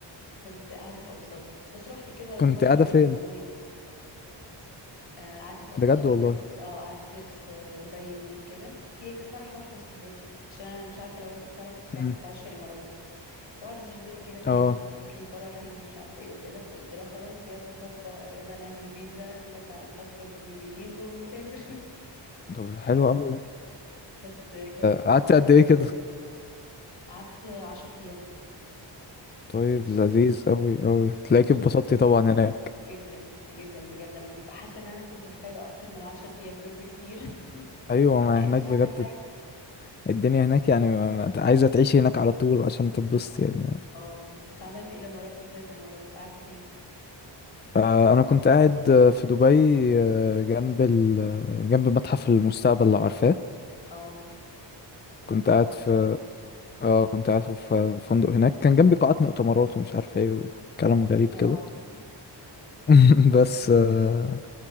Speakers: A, on the left; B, on the left.
A: كنت قاعده في ابو ظبي بس رحت كده دبي
B: كنت قاعدة فين
A: يومين آه، قعدت في ابو
B: بجد
A: ظبي
B: والله
A: بس اه قعدت في دبي يومين كده هي كان فرح واحده صاحبتي عشان انا مش عارفه لو انت تعرف
B: مم.
A: انا كنت عايشه في الامارات واحده صاحبتي كده كلمتني
B: اه
A: قالت لي فرحي ومش عارفه ايه وكده فقلت لها خلاص يلا هوبا يلا نعمل فيزا نطلع الباسبورت من جديد ونسافر <laughs>
B: طب حلو قوي
A: بس كانت
B: قعدت
A: رحلة
B: قد ايه
A: جميلة
B: كده
A: قعدت عشر أيام
B: طيب
A: مش
B: لذيذ قوي قوي تلاقيك
A: آه، مش
B: اتبسطتي
A: طويل قوي
B: طبعا هناك
A: جدا جدا بجد أنا حاسة إن أنا كنت محتاجة أكتر من عشر أيام دول بكتير <laughs>
B: ايوه
A: ملحقتش
B: ما هناك بجد
A: أعمل حاجة
B: الدنيا هناك يعني ما- ما- عايزة تعيشي هناك على طول عشان تتبسطي يعني
A: اه أنت عملت إيه لما رحت طيب الإمارات قعدت فين؟
B: آه، انا كنت قاعد آه، في دبي آه، جنب ال... آه، جنب متحف المستقبل لو عارفاه
A: اه الله
B: كنت
A: مكان
B: قاعد
A: ما جميل
B: في اه كنت قاعد في في فندق هناك كان جنبي قاعات مؤتمرات ومش عارف ايه وكلام غريب
A: ما
B: كده
A: اه
B: <laughs> بس آه